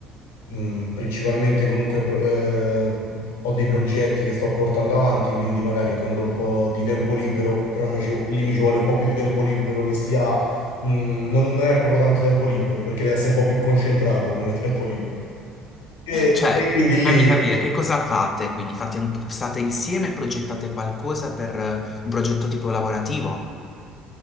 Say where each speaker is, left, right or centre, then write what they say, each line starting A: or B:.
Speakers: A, on the left; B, on the left.
A: mm, principalmente comunque pro- eh, ho dei progetti che sto portando avanti, quindi magari quando ho un po' di tempo libero, però mi ci vu- lì mi ci vuole un po' più di tempo libero che sia, mm, non, non è proprio tanto tempo libero perché deve essere un po' più concentrato come tempo libero. E,
B: Cioè,
A: e quindi lì.
B: fammi capire che cosa fate, quindi fate un- state insieme e progettate qualcosa per eh, un progetto tipo lavorativo?